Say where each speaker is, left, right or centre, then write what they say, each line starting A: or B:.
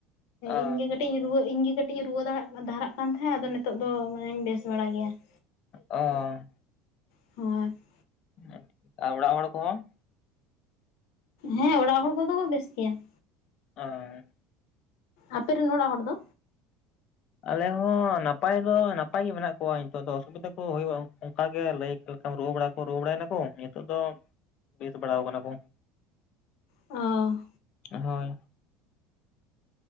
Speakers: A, on the left; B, on the left.
A: ᱚ
B: ᱤᱧ ᱜᱮ ᱠᱟᱹᱴᱤᱡ ᱤᱧ ᱨᱩᱣᱟᱹ ᱤᱧ ᱜᱮ ᱠᱟᱹᱴᱤᱡ ᱤᱧ ᱨᱩᱣᱟᱹ ᱫᱷᱟᱨᱟᱜ ᱠᱟᱱ ᱛᱟᱦᱮᱸᱫ ᱟᱫᱚ ᱱᱤᱛᱚᱜ ᱫᱚ ᱢᱟᱱᱮᱧ ᱵᱮᱥ ᱵᱟᱲᱟ ᱜᱮᱭᱟ ᱾
A: ᱚᱻ
B: <unintelligible>
A: ᱦᱮᱸ, ᱟᱨ ᱚᱲᱟᱜ ᱦᱚᱲ ᱠᱚᱦᱚᱸ?
B: ᱦᱮᱸ, ᱚᱲᱟᱜ ᱦᱚᱲ ᱠᱚᱫᱚ ᱠᱚ ᱵᱮᱥ ᱜᱮᱭᱟ ᱾
A: ᱚᱸᱻ
B: ᱟᱯᱮ ᱨᱮᱱ ᱚᱲᱟᱜ ᱦᱚᱲ ᱫᱚ?
A: ᱟᱞᱮ ᱦᱚᱸ ᱱᱟᱯᱟᱭ ᱫᱚ ᱱᱟᱯᱟᱭ ᱜᱮ ᱢᱮᱱᱟᱜ ᱠᱚᱣᱟ ᱱᱤᱛᱚᱜ ᱫᱚ ᱚᱥᱩᱵᱤᱫᱟ ᱠᱚ ᱦᱩᱭᱩᱜᱼᱟ <unintelligible> ᱚᱱᱠᱟ ᱜᱮ ᱞᱟᱹᱭ ᱞᱮᱠᱟᱢ ᱨᱩᱣᱟ ᱵᱟᱲᱟ ᱠᱚ ᱨᱩᱣᱟ ᱵᱟᱲᱟᱭᱱᱟᱠᱚ, ᱱᱤᱛᱚᱜ ᱫᱚ ᱵᱮᱥ ᱵᱟᱲᱟᱣ ᱠᱟᱱᱟ ᱠᱚ ᱾
B: ᱚᱻ
A: ᱦᱳᱭ ᱾